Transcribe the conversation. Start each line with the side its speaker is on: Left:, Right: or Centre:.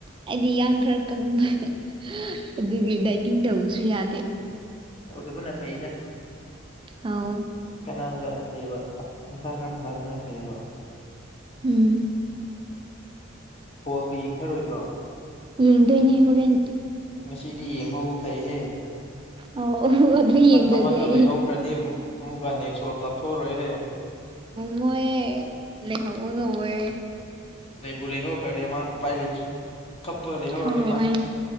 Right: ꯍꯥꯏꯗꯤ ꯏꯡ ꯈꯔ ꯀꯪꯗꯦ ꯑꯗꯨꯒꯤ ꯗꯥꯏꯇꯤꯡ ꯇꯧꯕꯁꯨ ꯌꯥꯗꯦ
Left: ꯇꯧꯗꯨꯕꯨꯅꯦ ꯐꯩꯗ
Right: ꯍꯥꯎ
Left: ꯁꯅꯥ ꯖꯥꯠ ꯅꯠꯇꯦꯕ ꯃꯁꯥ ꯈꯔ ꯐꯍꯟꯕꯅ ꯐꯩꯌꯦꯕ
Right: ꯎꯝ
Left: ꯕꯣꯜꯒ ꯌꯦꯡꯊꯔꯣꯏꯗ꯭ꯔꯣ
Right: ꯌꯦꯡꯗꯣꯏꯅꯦ ꯍꯣꯔꯦꯟ
Left: ꯃꯁꯤꯗꯤ ꯌꯦꯡꯍꯧꯕ ꯐꯩꯍꯦ
Right: ꯑꯧ ꯑꯗꯨ ꯌꯦꯡꯗ꯭ꯔꯗꯤ
Left: ꯑꯃꯗꯣ
Right: ꯑꯩ
Left: ꯂꯩꯍꯧꯈ꯭ꯔꯗꯤ ꯑꯃꯨꯛꯀ ꯅꯦꯛꯁ ꯋꯥꯔꯜ ꯀꯥꯞꯊꯣꯛꯔꯣꯏꯍꯦ
Right: ꯃꯣꯏ ꯂꯦꯍꯧꯕ ꯉꯕꯣꯏ
Left: ꯂꯩꯕꯨ ꯂꯩꯍꯧꯈ꯭ꯔꯗꯤ ꯑꯃ ꯎꯄꯥꯏ ꯂꯩꯇ꯭ꯔꯦ ꯀꯞꯄꯀꯂꯤ ꯍꯔꯅꯤ
Right: ꯊꯋꯥꯏ
Left: ꯃꯁ